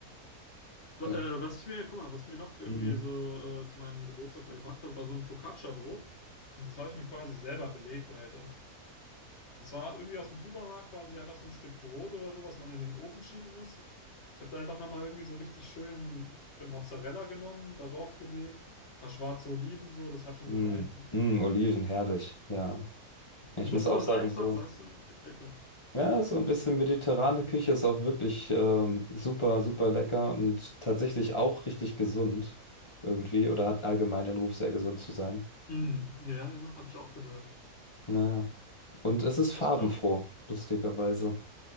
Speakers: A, on the left; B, on the left.
A: Aber,
B: Ja.
A: äh, was ich mir, guck mal, was ich mir noch irgendwie
B: Mhm.
A: so äh, zu meinem Geburtstag da gemacht habe, war so ein Focaccia-Brot. Und das habe ich mir quasi selber belegt, Alter. Das war irgendwie aus dem Supermarkt quasi einfach so ein Stück Brot oder so, was man in den Ofen schieben muss. Ich habe da einfach nochmal irgendwie so richtig schön äh, Mozzarella genommen, darauf gelegt, ein paar schwarze Oliven, so, das hat schon
B: Mhm.
A: gereicht. Ne?
B: Mhm, Oliven, herrlich, ja. Ich
A: Simpel
B: muss auch
A: und
B: sagen,
A: einfach,
B: so,
A: weißt du? Echt lecker.
B: ja, so ein bisschen mediterrane Küche ist auch wirklich ähm, super, super lecker und tatsächlich auch richtig gesund irgendwie oder hat allgemein den Ruf, sehr gesund zu sein.
A: Mm, ja, ja, habe ich auch gehört.
B: Naja, und es
A: Ich,
B: ist farbenfroh,
A: ich glaube,
B: lustigerweise.